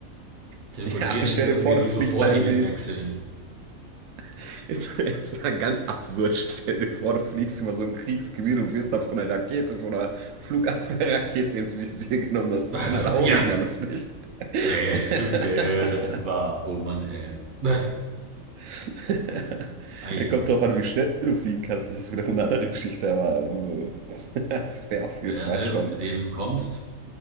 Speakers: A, on the right; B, on the right.
A: <laughs>
B: Teleportieren
A: ja, stell
B: ist ja
A: dir
B: irgendwie
A: vor,
B: so
A: du
B: ein
A: fliegst
B: sofortiges
A: da irgendwie.
B: Wechseln.
A: <laughs> Jetzt, jetzt mal ganz absurd. Stell dir vor, du fliegst über so ein Kriegsgebiet und wirst da von einer Rakete, von einer Flugabwehrrakete ins Visier genommen. Das ist
B: Ach
A: dann
B: so,
A: halt auch
B: ja.
A: nicht mehr lustig. <laughs>
B: Ja, ja, stimmt. Ja, ja, ja, das ist wahr. Oh Mann, ey. <laughs>
A: <laughs>
B: Ei.
A: Kommt drauf an, wie schnell du fliegen kannst. Das ist wieder eine andere Geschichte, aber äh, <laughs> das wäre auf jeden
B: Ja,
A: Fall
B: ne,
A: schon.
B: ob du dem entkommst.